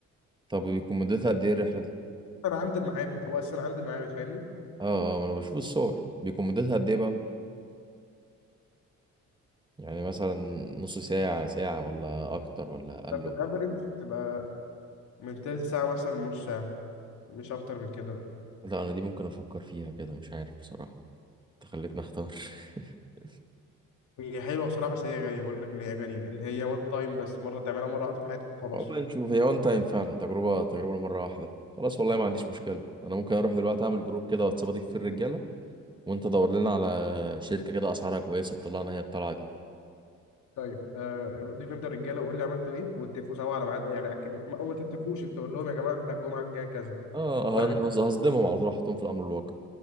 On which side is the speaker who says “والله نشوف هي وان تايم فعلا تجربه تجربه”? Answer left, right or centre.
Right